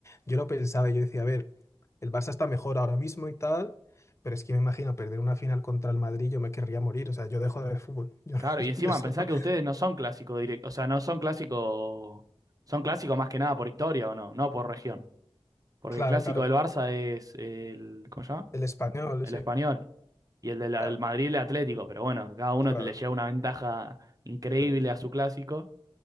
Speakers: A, on the left; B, on the right.
A: yo lo pensaba y yo decía, a ver, el Barça está mejor ahora mismo y tal, pero es que me imagino perder una final contra el Madrid, yo me querría morir, o sea, yo dejo de ver fútbol, yo,
B: claro,
A: no- <laughs>
B: y encima
A: yo eso
B: pensá
A: no.
B: que ustedes no son clásicos directos, o sea, no son clásicos, son clásicos más que nada por historia o no, no por región. Porque
A: Claro,
B: el clásico
A: claro,
B: del Barça es el, ¿cómo se llama?
A: el español,
B: El
A: sí,
B: español. y el del al-
A: claro,
B: Madrid el Atlético, pero bueno, cada uno
A: claro.
B: le lleva una ventaja increíble
A: sí.
B: a su clásico.